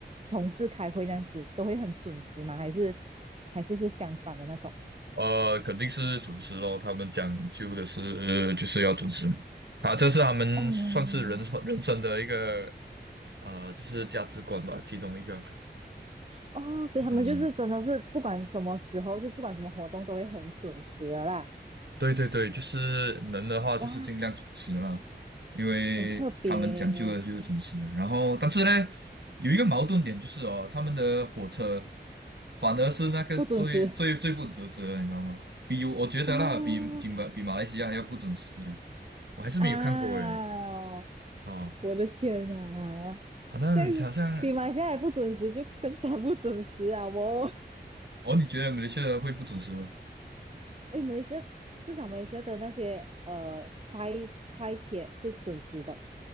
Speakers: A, on the right; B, on the right.
A: 同事开会这样子，都会很准时吗？还是还是是相反的那种？
B: 呃，肯定是准时咯，他们讲究的是就是要准时嘛，他这是他们算是人生人生的一个
A: 哦
B: 呃，就是价值观吧，其中一个。
A: 哦，所以他们就是真的是不管什么时候，
B: 嗯、
A: 就不管什么活动都会很准时的啦。
B: 对对对，就是能的话，就是尽量准时了，
A: 哇，
B: 因为他们讲究的就是准时。
A: 很特别，
B: 然后，但是呢，有一个矛盾点就是哦，他们的火车反而是那个最最最不准时的，
A: 不准时
B: 你知道吗？比我觉得啦，
A: 哦
B: 比比马比马来西亚还要不准时呢。我还是没有看过诶。
A: 啊！
B: 哦，
A: 我的天啊，
B: 好像好像
A: 这样子比马来西亚还不准时，就更加不准时啊！我
B: 哦，你觉得马来西亚会不准时吗？
A: 哎，马来西亚至少马来西亚的那些呃快快铁是准时的。